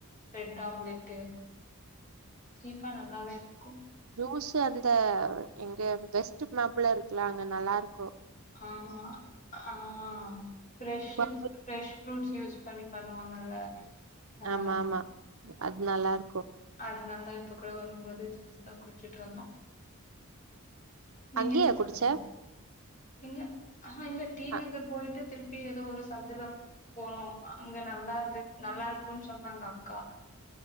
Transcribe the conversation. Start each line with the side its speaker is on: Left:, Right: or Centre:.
Left: ப்ரெட் ஆம்லெட்டு சீப்பா நல்லாவேருக்கும்
Right: ஜூஸு அந்த இங்க வெஸ்ட்டு மாம்பல இருக்குல அங்க நல்லாருக்கு
Left: ஆமா ஆ ஃப்ரெஷ்ஷு
Right: குடுப்பாங்க.
Left: ப்ரெஷ் ஃப்ரூட் ஜூஸ் பண்ணி பண்ணுவாங்கல்ல நல்லாருக்கு
Right: ஆமா ஆமா அது நல்லா இருக்கு
Left: அதுனாலதா இப்ப கூட வரும்போது ஜூஸ்தா குச்சுட்டு வந்தோ நீங்க
Right: அங்கயா
Left: என்ன சாப்ட்டீங்க
Right: குடிச்ச
Left: இங்க அ இல்ல டீ
Right: அ
Left: நகர் போயிட்டு திருப்பி ஏதோ ஒரு சந்துல போனோ அங்க நல்லார்க்கு நல்லாருக்குன் சொன்னாங்க அக்கா